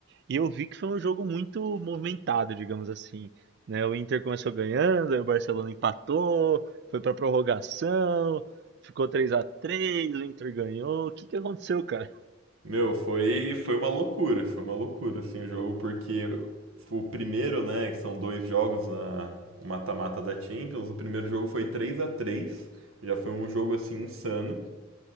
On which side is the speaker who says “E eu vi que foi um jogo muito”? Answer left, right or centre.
Right